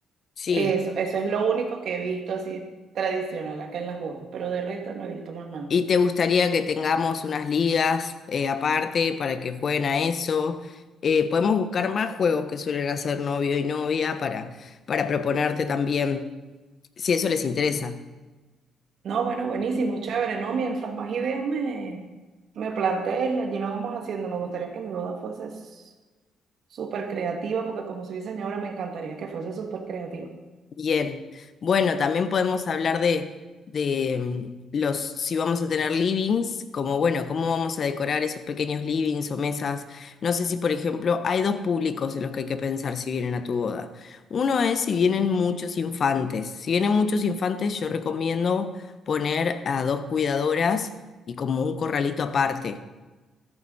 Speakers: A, on the left (about 55°); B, on the right (about 65°).
A: sí.
B: Eso, eso es lo único que he visto así tradicional acá en las bodas, pero de resto no he visto más nada.
A: ¿Y te gustaría que tengamos unas ligas eh, aparte para que jueguen a eso? Eh, podemos buscar más juegos que suelen hacer novio y novia para, para proponerte también, si eso les interesa.
B: No, bueno, buenísimo, chévere, ¿no? Mientras más ideas me, me plantees y allí lo vamos haciendo. Me gustaría que mi boda fuese s- súper creativa, porque como soy diseñadora me encantaría que fuese súper creativa.
A: Bien, bueno, también podemos hablar de, de mm, los, si vamos a tener livings, como bueno, cómo vamos a decorar esos pequeños livings o mesas. No sé si, por ejemplo, hay dos públicos en los que hay que pensar si vienen a tu boda. Uno es si vienen muchos infantes. Si vienen muchos infantes, yo recomiendo poner a dos cuidadoras y como un corralito aparte.